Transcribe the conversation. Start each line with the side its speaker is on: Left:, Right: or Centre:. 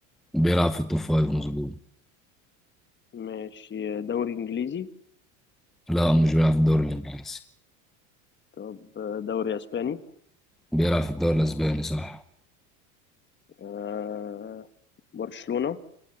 Centre: بيلعب في التوب فايف مظبوط
Left: ماشي دوري انجليزي
Centre: لا مش بيلعب في الدوري الانجليزي
Left: طب آه، دوري اسباني
Centre: بيلعب في الدوري الاسباني صح
Left: آه برشلونة